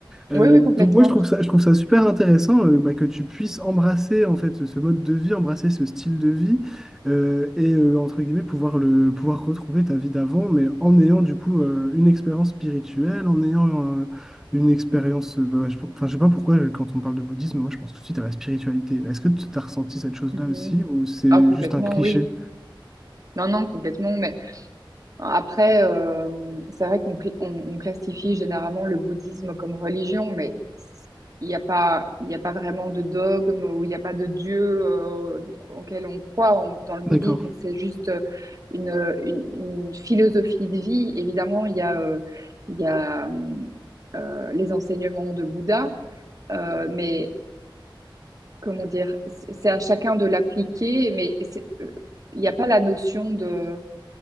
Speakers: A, in the centre; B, on the right.
A: Euh,
B: Oui, oui, complètement.
A: donc moi je trouve ça, je trouve ça super intéressant euh, bah, que tu puisses embrasser en fait ce, ce mode de vie, embrasser ce style de vie euh, et euh, entre guillemets pouvoir le pouvoir retrouver ta vie d'avant, mais en ayant du coup euh, une expérience spirituelle, en ayant euh, une expérience, euh, bah, je, enfin, je sais pas pourquoi euh, quand on parle de bouddhisme, moi je pense tout de suite à la spiritualité. Est-ce que tu as ressenti cette chose-là
B: Mhm.
A: aussi ou c'est
B: Ah, complètement,
A: juste un cliché?
B: oui. Non, non, complètement. Mais Après, euh, c'est vrai qu'on cl- on, on classifie généralement le bouddhisme comme religion, mais il n'y a pas, il n'y a pas vraiment de dogme ou il n'y a pas de dieu euh, auquel on croit en- dans le bouddhisme.
A: D'accord.
B: C'est juste euh, une, une, une philosophie de vie. Évidemment, il y a, euh, il y a hum, euh, les enseignements de Bouddha, euh, mais comment dire, c'est c'est à chacun de l'appliquer, mais c'est- euh, il n'y a pas la notion de